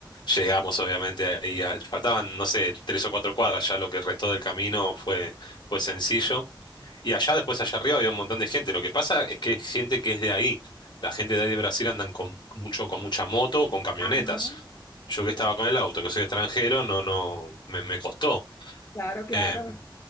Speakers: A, on the left; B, on the left.
A: llegamos, obviamente, ahí. a- Faltaban, no sé, tres o cuatro cuadras. Ya lo que restó del camino fue, fue sencillo. Y allá, después, allá arriba había un montón de gente. Lo que pasa es que es gente que es de ahí. La gente de ahí de Brasil andan con con mucho, con mucha moto o con camionetas.
B: Ajá,
A: Yo
B: sí,
A: que estaba con el auto, que soy extranjero, no, no, me, me costó.
B: claro, claro,
A: Eh,